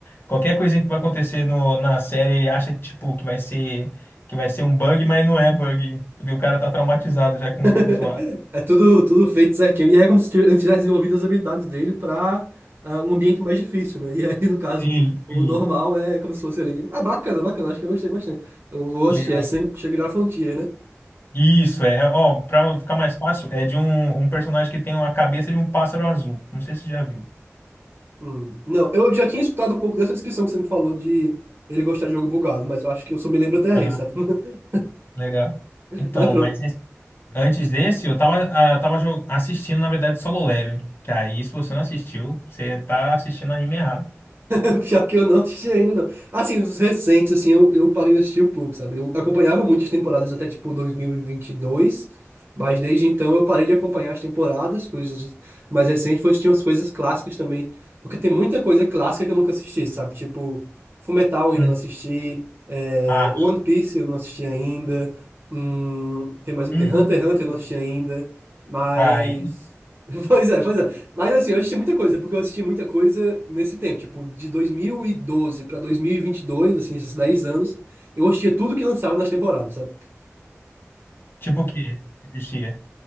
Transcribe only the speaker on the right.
<laughs>
É tudo, tudo feito certinho. E aí é como se tivesse- ele tivesse desenvolvido as habilidades dele para um ambiente mais difícil, né? E aí, no caso,
o
normal é como se fosse ali. Ah, bacana, bacana. Acho que eu gostei bastante. Eu vou
assistir. É Shang- Shangri-La é Frontier, né?
Hum. Não, eu já tinha escutado um pouco dessa descrição que você me falou de ele gostar de jogo bugado, mas eu acho que eu só me lembro até aí,
sabe? <laughs>
Mas pronto.
<laughs> Pior que eu não assisti ainda, não. Assim, os recentes, assim, eu, eu parei de assistir um pouco, sabe? Eu acompanhava muitas temporadas até, tipo, 2022, mas desde então eu parei de acompanhar as temporadas, coisas mais recentes, foi assistir umas coisas clássicas também, porque tem muita coisa clássica que eu nunca assisti, sabe? Tipo, Fullmetal eu ainda
não assisti, é,
One Piece eu não assisti ainda, hum, tem mais o
quê? Hunter x Hunter eu não assisti ainda, mas...
<laughs> Pois é, pois é. Mas assim, eu assisti muita coisa, porque eu assisti muita coisa nesse tempo, tipo, de 2012 pra 2022, assim, esses 10 anos, eu assistia tudo que lançava nas temporadas, sabe?